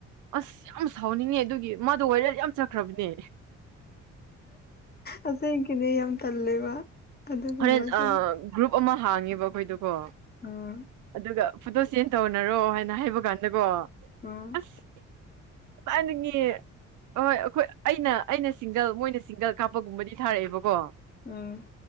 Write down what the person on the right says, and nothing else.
ꯑꯁ ꯌꯥꯝ ꯁꯥꯎꯅꯤꯡꯉꯦ ꯑꯗꯨꯒꯤ ꯃꯥꯗꯣ ꯋꯥꯔꯜ ꯌꯥꯝ ꯆꯠꯈ꯭ꯔꯕꯅꯦ꯫
ꯍꯣꯔꯦꯟ ꯒ꯭ꯔꯨꯞ ꯑꯃ ꯍꯥꯡꯉꯦꯕ ꯑꯩꯈꯣꯏꯗꯀꯣ
ꯑꯗꯨꯒ ꯐꯣꯇꯣ ꯆꯦꯟ ꯇꯧꯅꯔꯣ ꯍꯥꯏꯅ ꯍꯥꯏꯕ ꯀꯥꯟꯗꯀꯣ
ꯑꯁ ꯀꯗꯥꯏꯗꯒꯤ꯫ ꯑꯍꯣꯏ ꯑꯩꯈꯣꯏ ꯑꯩꯅ ꯑꯩꯅ ꯁꯤꯡꯒꯜ ꯃꯣꯏꯅ ꯁꯤꯡꯒꯜ ꯀꯥꯞꯄꯒꯨꯝꯕꯗꯤ ꯊꯥꯔꯛꯑꯦꯕꯀꯣ